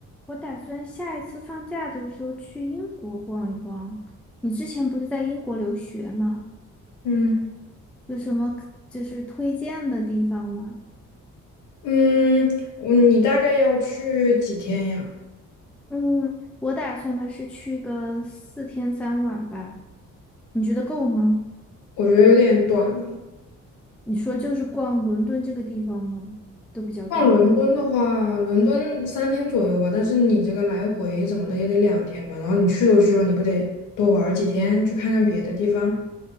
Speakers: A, in the centre; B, on the left.
A: 我打算下一次放假的时候去英国逛一逛。你之前不是在英国留学吗？
B: 嗯
A: 有什么可就是推荐的地方吗？
B: 嗯，嗯你大概要去几天呀？
A: 嗯，我打算的是去个四天三晚吧。你觉得够吗？
B: 我觉得有点短了。
A: 你说就是逛伦敦这个地方吗？都比较短了。
B: 逛伦敦的话，伦敦三天左右吧，但是你这个来回怎么的也得两天吧。然后你去都去了，你不得多玩儿几天，去看看别的地方？